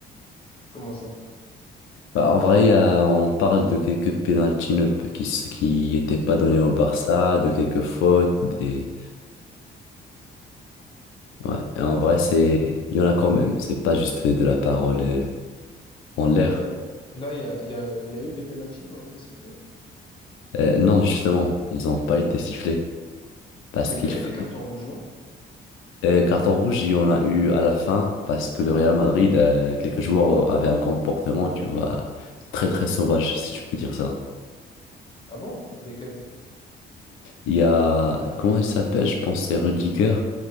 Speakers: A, on the left; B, on the left.
A: Comment ça?
B: Bah, en vrai, euh, on parle de quelques pénaltys ne- qui s- qui n'étaient pas donnés au Barça, de quelques fautes, des ouais. Et en vrai, c'est il y en a quand même. C'est pas juste de la parole euh, en l'air.
A: Mais là, là, il y a, il y a, il y a eu des pénaltys qui ont été sifflés.
B: Euh, non, justement, ils ont pas été sifflés parce
A: Mais
B: qu'il
A: il y a
B: fa-
A: eu des cartons rouges, non?
B: euh, carton rouge, il y en a eu à la fin parce que le Real Madrid, euh, quelques joueurs avaient un comportement, tu vois, très très sauvage, si tu peux dire ça.
A: Ah bon? Lesquels?
B: Il y a, comment il s'appelle? Je pense que c'est Rudiger.